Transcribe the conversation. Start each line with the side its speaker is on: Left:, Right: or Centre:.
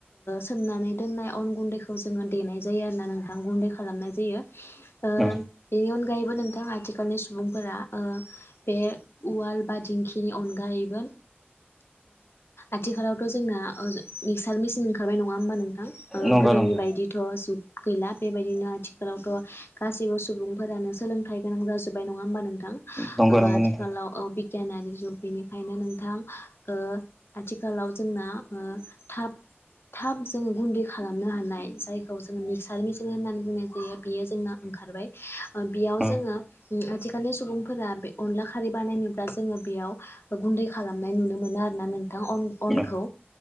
Left: सनानै दनाय दोननाय अन गुन्दैखौ जोंङो देनाय जायो आरो ना नोंथां गुन्दै खालामनाय जायो। आ
Centre: अ
Left: बेनि अनगायैबो नों आथिखालनि सुबुंफोरा बे उवाल बा दिंखिनि अनगायैबो आथिखालावथ' जोंना थाल मेसिन ओंखारबाय नंङा होमबा नोंथां
Centre: नंगौ
Left: गोदोनि
Centre: नंगौ
Left: बायदिथ' जुग गैला बेबायदिनो आथिंखाल आवथ' गासिबो सुबुंफोरानो सोलोंथाइ गोनां जाजोबबाय नंङा होमबा नों थां
Centre: नंगौ नंगौ
Left: आथिखालाव
Centre: नोंथां
Left: गियानारि जुग बेनिखायनो नोंथां आथिखालाव जोंना थाब थाब जोंङो गुन्दै खालामनो हानाय जायखौ जोंङो मिक्सार मेचन होननानै बुंनाय जायो। बियो जोंना ओंखारबाय बेयाव
Centre: अ
Left: जोंङो आथिखालनि सुबुंफोरा बे अनला खारै बानायनोब्ला जोंङो बेयाव गुन्दै खालामनाय नुनो मोनो आरो ना नों अनखौ
Centre: अ